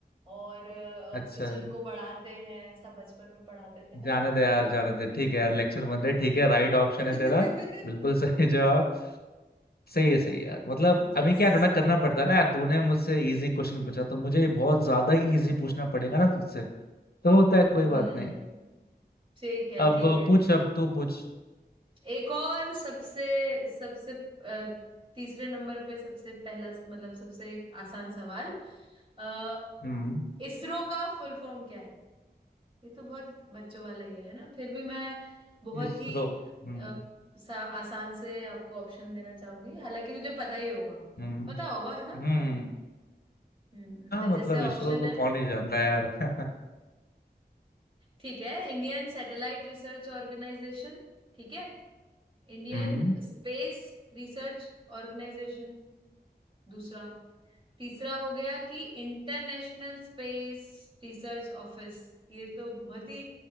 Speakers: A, on the right (about 30°); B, on the left (about 60°).
A: और अ, ऑक्सीजन
B: अच्छा
A: को बढ़ाते हैं सब बचपन में पढ़ाते थे ना
B: जाने दे यार जाने दे ठीक है यार लेक्चर बन रहे ठीक है राइट ऑप्शन
A: <laughs>
B: है तेरा बिल्कुल <laughs> सही जवाब सही है सही है यार मतलब
A: यस
B: अभी क्या थोड़ा करना पड़ता है ना यार तूने मुझसे इजी क्वेश्चन पूछा तो मुझे बहुत ज्यादा इजी पूछना पड़ेगा ना तुझसे तो होता है कोई बात
A: हम्म
B: नहीं
A: ठीक है
B: अब
A: ठीक है
B: पूछ अब तू पूछ
A: एक और सबसे सबसे अ, तीसरे नंबर पे सबसे पहला मतलब सबसे आसान सवाल अ,
B: हम्म
A: इसरो का फुल फॉर्म क्या है ये तो बहुत बच्चों वाला ही है ना फिर भी मैं बहुत
B: इसरो
A: ही
B: हम्म
A: अ, सा, आसान से आपको ऑप्शन देना चाहूंगी हालांकि तुझे पता ही होगा
B: हम्म
A: पता होगा है ना
B: हम्म
A: हम्म
B: हाँ
A: वे-
B: मतलब
A: जैसे ऑप्शन
B: इसरो तो
A: है
B: कौन ही जानता है यार <laughs>
A: ठीक है इंडियन सैटेलाइट रिसर्च ऑर्गेनाइजेशन ठीक है इंडियन
B: हम्म
A: स्पेस रिसर्च ऑर्गेनाइजेशन दूसरा तीसरा हो गया कि इंटरनेशनल स्पेस रिसर्च ऑफिस ये तो बहुत ही